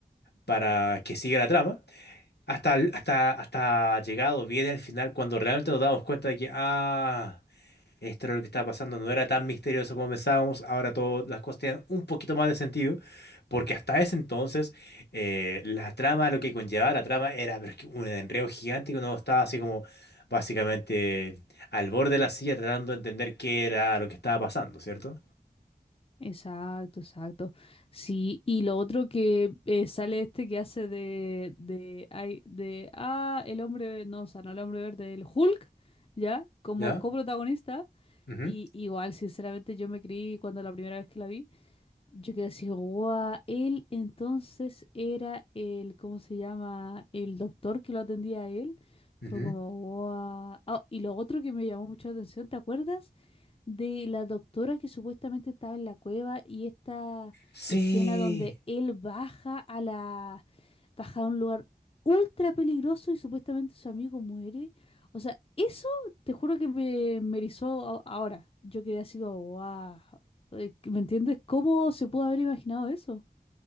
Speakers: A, on the left; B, on the left.
A: para que siga la trama, hasta, hasta, hasta llegado bien al final cuando realmente nos damos cuenta de que, ah esto era lo que estaba pasando, no era tan misterioso como pensábamos, ahora todas las cosas tienen un poquito más de sentido, porque hasta ese entonces eh, la trama, lo que conllevaba la trama era pero es que un enredo gigante que uno estaba así como básicamente al borde de la silla tratando de entender qué era lo que estaba pasando, ¿cierto?
B: Exacto, exacto. Sí, y lo otro que eh, sale este que hace de, de, ay, de, ah, el hombre, no, o sea, no el hombre verde, el Hulk, ¿ya? Como
A: ¿Ya?
B: coprotagonista.
A: Ujú,
B: Y igual, sinceramente, yo me creí cuando la primera vez que la vi. Yo quedé así, guau, él entonces era el, ¿cómo se llama? El doctor que lo atendía a él.
A: ujú.
B: Fue como, guau. Ah, y lo otro que me llamó mucho la atención, ¿te acuerdas? de la doctora que supuestamente estaba en la cueva y esta
A: Sí.
B: escena donde él baja a la baja a un lugar ultra peligroso y supuestamente su amigo muere. O sea, eso te juro que me, me erizó a- ahora. Yo quedé así como, wow. ¿Me entiendes? ¿Cómo se pudo haber imaginado eso?